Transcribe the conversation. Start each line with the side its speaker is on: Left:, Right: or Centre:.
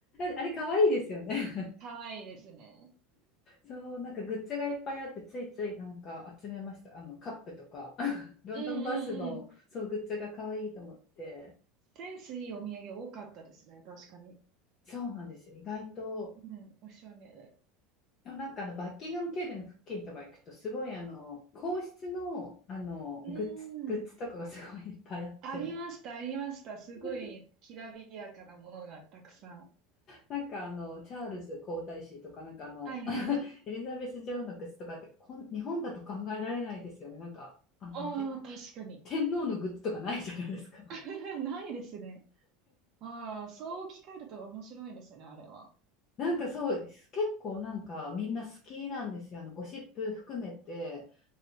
Left: あれ、可愛いですよね。
Right: <laughs> かわいいですね。
Left: そうなんかグッズがいっぱいあってついついなんか集めましたあのカップとか <laughs> ロンドンバスのそうグッズが可愛いと思って
Right: うんうんうん。センスいいお土産多かったですね、確かに。
Left: そうなんですよ意外と
Right: うん、おしゃれで。
Left: でもなんかあのバッキンガム宮殿の付近とか行くとすごいあの皇室のあのグッズグッズとかがすごいいっぱいあって
Right: うん。ありました、ありました。すごい、
Left: <laughs>
Right: きらびやかなものがたくさん。
Left: なんかあのチャールズ皇太子とかなんかあの
Right: はいはい。
Left: <laughs> エリザベス女王のグッズとかってこん日本だと考えられないですよねなんかあのて
Right: ああ、確かに。
Left: 天皇のグッズとかないじゃないですか
Right: <laughs> ないですね。ああ、そう置き換えると面白いですね、あれは。
Left: なんかそうです。結構なんかみんな好きなんですよ。あのゴシップ含めて